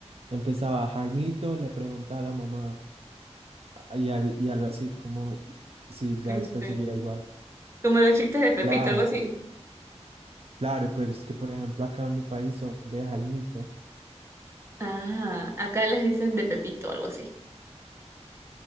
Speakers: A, on the right; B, on the right.
A: Empezaba Jaimito, le preguntaba a la mamá y, al, y algo así como si ya
B: En
A: después
B: serio.
A: seguía igual.
B: Como los chistes de Pepito,
A: Claro,
B: algo así.
A: claro, pero es que por ejemplo acá en mi país son de Jaimito.
B: Ah, acá les dicen de Pepito, algo así.